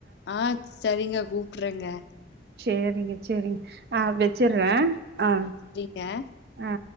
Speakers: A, on the left; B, on the right.
A: ஆ சரிங்க கூப்பறேங்க
B: சேரிங்க செரிங்க ஆ வெச்சுர்றே ஆ
A: ங்க
B: ஆ